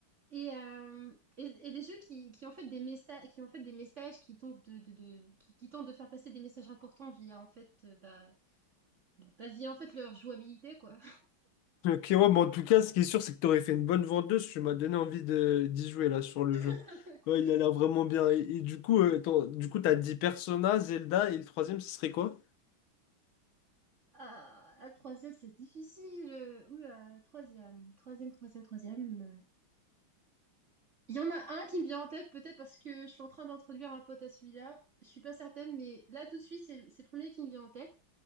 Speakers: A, on the right; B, on the left.
A: Et, euh, et, et des jeux qui, qui ont fait des messages, qui ont fait des messages qui tentent de, de, de- qui, qui tentent de faire passer des messages importants via, en fait, euh, bah, bah, via, en fait, leur jouabilité, quoi.
B: Ok, ouais, mais en tout cas, ce qui est sûr, c'est que t'aurais fait une bonne vendeuse. Tu m'as donné envie de d'y jouer là sur le jeu.
A: <laughs>
B: Ouais, il a l'air vraiment bien. Et, et du coup, euh, ton- du coup, t'as dit Persona, Zelda et le troisième, ce serait quoi?
A: Ah, ah, troisième, c'est difficile. Oula, troisième, troisième, troisième, troisième. Il y en a un qui me vient en tête, peut-être parce que je suis en train d'introduire un pote à celui-là. Je suis pas certaine, mais là, tout de suite, c'est le, c'est le premier qui me vient en tête.